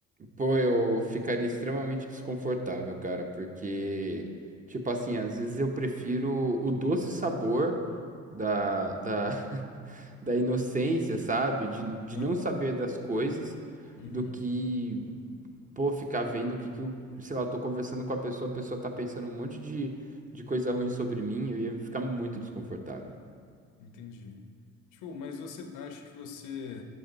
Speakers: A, on the right; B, on the left.
A: Pô, eu ficaria extremamente desconfortável, cara, porque, tipo assim, às vezes eu prefiro o doce sabor da, da, <laughs> da inocência, sabe? De, de
B: Aham,
A: não saber das coisas,
B: uhum,
A: do que pô, ficar vendo o que que eu, sei lá, eu tô conversando com a pessoa, a pessoa tá pensando um monte de, de coisa ruim sobre mim, eu ia ficar muito desconfortável.
B: entendi. Tipo, mas você acha que você